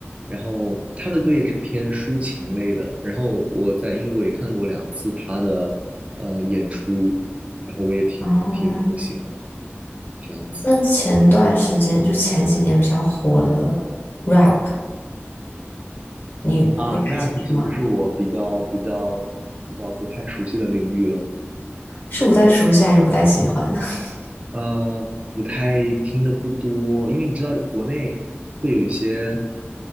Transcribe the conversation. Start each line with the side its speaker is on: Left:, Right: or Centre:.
Right: 然后他的歌也是偏抒情类的，然后我在英国也看过两次他的呃演出，然后我也挺挺挺喜欢的
Left: 哦，
Right: 这样子
Left: 那前段时间就前几年比较火的 rap，你会感兴趣吗？
Right: 啊，rap 其实是我比较比较比较不太熟悉的领域了。
Left: 是不太熟悉还是不太喜欢？<laughs>
Right: 呃，不太听的不多，因为你知道国内会有一些